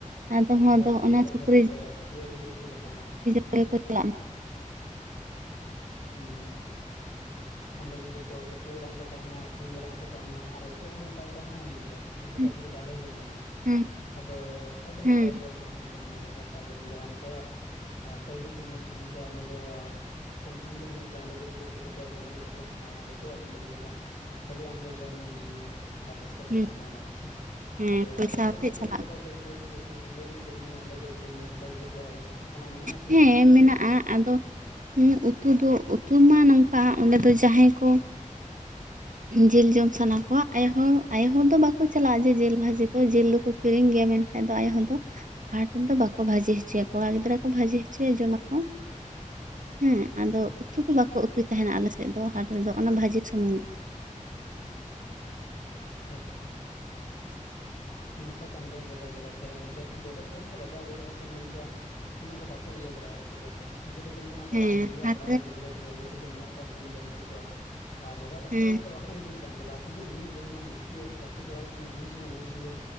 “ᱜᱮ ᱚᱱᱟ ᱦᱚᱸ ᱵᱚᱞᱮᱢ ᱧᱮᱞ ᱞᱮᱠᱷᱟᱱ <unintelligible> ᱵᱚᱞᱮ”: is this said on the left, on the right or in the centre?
Left